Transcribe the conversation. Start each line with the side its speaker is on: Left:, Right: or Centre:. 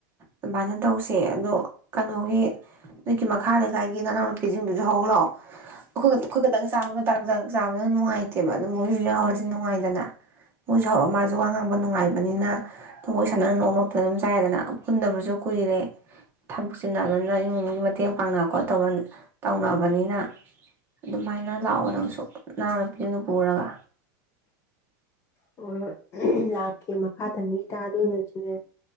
Right: ꯑꯗꯨꯃꯥꯏꯅ ꯇꯧꯁꯦ ꯑꯗꯣ ꯀꯩꯅꯣꯒꯤ ꯅꯣꯏꯀꯤ ꯃꯈꯥ ꯂꯩꯀꯥꯏꯒꯤ ꯅꯅꯥꯎꯅꯨꯄꯤꯁꯤꯡꯗꯨꯁꯨ ꯍꯧꯛꯑꯣ ꯑꯩꯈꯣꯏ ꯑꯩꯈꯣꯏ ꯈꯛꯇꯪ ꯑꯗꯨꯝ ꯅꯨꯡꯉꯥꯏꯇꯦꯕ ꯑꯗꯨ ꯃꯣꯏꯁꯨ ꯌꯥꯎꯔꯗꯤ ꯅꯨꯡꯉꯥꯏꯗꯅ ꯃꯣꯏꯁꯨ ꯌꯥꯎꯔ ꯃꯥꯁꯨ ꯋꯥ ꯉꯥꯡꯕ ꯅꯨꯡꯉꯥꯏꯕꯅꯤꯅ ꯃꯣꯏ ꯁꯥꯟꯅꯅ ꯅꯣꯛ ꯅꯣꯛꯇꯅ ꯑꯗꯨꯝ ꯆꯥꯏꯔꯦꯗꯅ ꯄꯨꯟꯗꯕꯁꯨ ꯀꯨꯏꯔꯦ ꯊꯕꯛ ꯆꯤꯟꯅꯕꯅꯤꯅ ꯏꯃꯨꯡꯒꯤ ꯃꯇꯦꯡ ꯄꯥꯡꯅꯕ ꯈꯣꯠꯇ ꯇꯧꯅꯕꯅꯤꯅ ꯑꯗꯨꯃꯥꯏꯅ ꯂꯥꯛꯑꯣ ꯅꯪꯁꯨ ꯅꯅꯥꯎ ꯅꯨꯄꯤꯅ ꯄꯨꯔꯒ
Left: ꯑꯣ ꯂꯥꯛꯀꯦ ꯃꯈꯥ ꯇꯪ ꯃꯤ ꯇꯥꯗꯣꯏꯅ ꯁꯤꯅꯦ